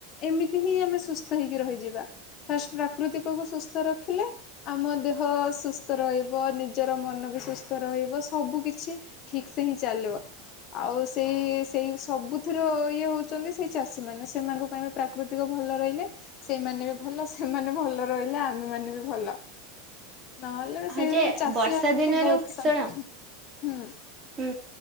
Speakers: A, on the left (about 35°); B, on the right (about 20°).
A: ଏମିତି ହିଁ ଆମେ ସୁସ୍ଥ ହେଇକି ରହିଯିବା ଫାଷ୍ଟ ପ୍ରାକୃତିକକୁ ସୁସ୍ଥ ରଖିଲେ ଆମ ଦେହ ସୁସ୍ଥ ରହିବ ନିଜର ମନ ବି ସୁସ୍ଥ ରହିବ ସବୁ କିିଛି ଠିକ ସେ ହିଁ ଚାଲି ଆଉ ସେଇ ସେଇ ସବୁଥିର ଇଏ ହଉଛନ୍ତି ସେଇ ଚାଷୀ ମାନେ ସେମାନଙ୍କ ପାଇଁ ପ୍ରାକୃତିକ ଭଲ ରହିଲେ ସେମାନେ ବି ଭଲ ସେମାନେ ଭଲ ରହିଲେ ଆମେମାନୋନ ବି ଭଲ। ନହେଲେ ସେଇ
B: ହଁ ଯେ
A: ଚାଷୀ
B: ବର୍ଷା
A: ମାନଙ୍କୁ
B: ଦିନରୁ
A: ବହୁତ ସାନ
B: ଶୁଣ
A: ହୁଁ
B: ହୁଁ